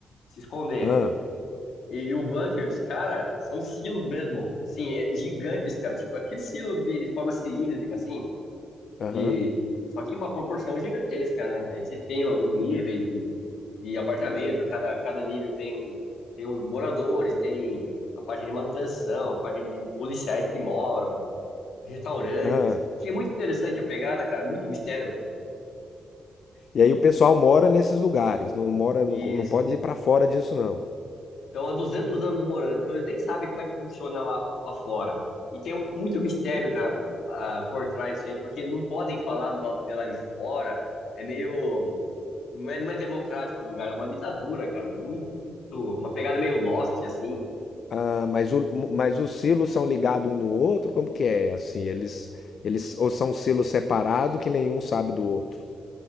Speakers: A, on the left; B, on the left.
A: se esconder.
B: Ah,
A: E, e o bunker dos caras são silos mesmo. Sim, é- gigantes, cara. Tipo, aquele silo de forma cilíndrica, assim. de
B: aham,
A: só que uma proporção gigantesca, né? Aí você tem os níveis de, de apartamento, cada, cada nível tem um, tem os moradores, tem a parte de manutenção, a parte de policiais que moram, restaurantes.
B: ah.
A: Achei muito interessante a pegada, cara, muito mistério.
B: E aí o pessoal mora nesses lugares, não mora,
A: E
B: não, não pode ir pra fora disso não.
A: estão há duzentos anos morando, então eles nem sabem como é que funciona lá, lá fora. E tem muito mistério, cara, ah, por trás disso aí, porque não podem falar do lado- de lá de fora. É meio Não é, não é democrático o lugar, é uma ditadura, cara. Muito. Uma pegada meio Lost, assim.
B: Ah, mas o, mas os silos são ligados um no outro? Como que é? Assim, eles eles ou são silos separados que nenhum sabe do outro.